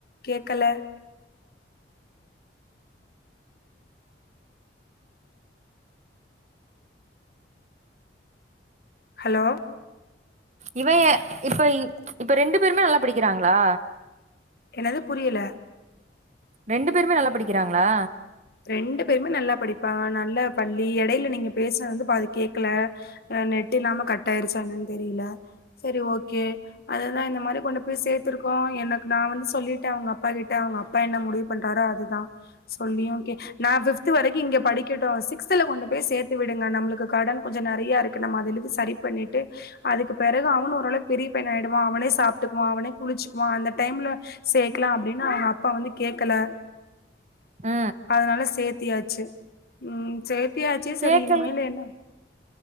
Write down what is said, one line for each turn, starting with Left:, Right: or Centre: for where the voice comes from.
Left: கேக்கல ஹலோ
Right: இவ ஏ இப்ப இப்ப ரெண்டு பேருமே நல்லா படிக்கிறாங்களா
Left: என்னது புரியல
Right: ரெண்டு பேருமே நல்லா படிக்கிறாங்களா
Left: ரெண்டு பேருமே நல்லா படிப்பாங்க நல்ல பள்ளி எடையில நீங்க பேசுனது வந்து பாதி கேக்கல நெட்டு் இல்லாம கட் ஆயிருச்சா என்னன்னு தெரியல சரி ஓகே அதுதா இந்த மாரி கொண்டு போய் சேத்துருக்கோ எனக்கு நா வந்து சொல்லிட்டே அவங்க அப்பா கிட்ட அவங்க அப்பா என்ன முடிவு பண்றாரோ அதுதா சொல்லியு கே நா ஃபிப்த்து வரைக்கி இங்க படிக்கட்டு சிக்ஸ்துல கொண்டு போய் சேத்தி விடுங்க நம்மளுக்கு கடன் கொஞ்ச நெறைய இருக்கு நம்ம அதுலிந்து சரி பண்ணிட்டு அதுக்கு பிறகு அவனு ஓரளவுக் பெரிய பையனாயிடுவா அவனே சாப்ட்டுக்குவா அவனே குளிச்சுக்குவா அந்த டைம்ல சேக்கலா அப்படின்ன அவங்க அப்பா வந்து கேக்கல
Right: ஆ
Left: அதனால சேத்தியாச்சு ம் சேத்தியாச்சி
Right: கேக்கல
Left: சரி இனிமேலு என்ன